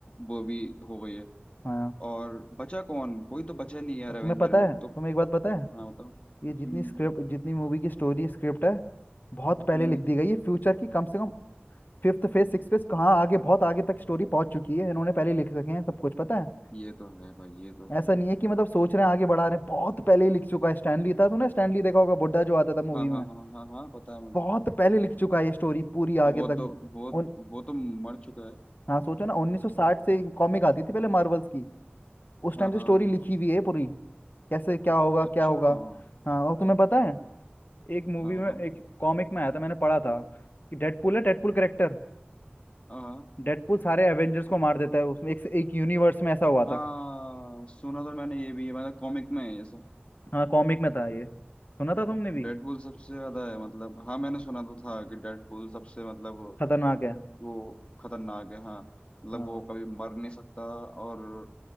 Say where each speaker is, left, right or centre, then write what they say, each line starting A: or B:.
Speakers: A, on the left (about 30°); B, on the left (about 50°).
A: वो भी हो गई है
B: हाँ
A: और बचा कौन कोई तो बचा नहीं है यार
B: अब
A: एवेंजर
B: तुम्हें पता
A: में
B: है
A: तो
B: तुम्हें एक बात पता है
A: हाँ बताओ हम्म
B: ये जितनी स्क्रिप्ट जितनी मूवी की स्टोरी स्क्रिप्ट है बहुत पहले
A: हम्म
B: लिख दी गई है फ्यूचर की कम से कम फिफ्थ फेज सिक्स फेज कहाँ आगे बहुत आगे तक स्टोरी पहुंच चुकी है इन्होंने पहले लिख सके हैं सब कुछ पता है
A: ये तो है भाई ये तो है
B: ऐसा नहीं है कि मतलब सोच रहे हैं आगे बढ़ा रहे हैं बहुत पहले ही लिख चुका है स्टैनली था तूने स्टैनली देखा होगा बुड्ढा जो आता था मूवी
A: हाँ
B: में
A: हाँ हाँ हाँ हाँ हाँ, पता है मुझे
B: बहुत पहले लिख चुका है ये स्टोरी पूरी
A: वो
B: आगे
A: तो
B: तक
A: वो
B: उन
A: वो तो मर चुका है
B: हाँ सोचो ना 1960 से कॉमिक आती थी पहले मार्वल्स की उस
A: हाँ
B: टाइम से
A: हाँ हाँ।
B: स्टोरी लिखी हुई है पूरी कैसे क्या होगा
A: अच्छा
B: क्या होगा
A: हाँ
B: हाँ और तुम्हें पता है एक मूवी
A: बताओ
B: में एक कॉमिक में आया था मैंने पढ़ा था कि डेडपूल है डेडपूल करेक्टर
A: हाँ हाँ
B: डेडपूल सारे एवेंजर्स को मार देता है उसमें एक एक यूनिवर्स में ऐसा हुआ
A: हाँ,
B: था
A: सुना तो मैंने ये भी है मतलब कॉमिक में है ये सब
B: हाँ कॉमिक में था ये सुना था तुमने भी
A: डेडपूल सबसे ज्यादा है मतलब हाँ मैंने सुना तो था कि डेडपूल सबसे मतलब
B: खतरनाक है
A: वो खतरनाक है हाँ मतलब
B: हाँ
A: वो कभी मर नहीं सकता और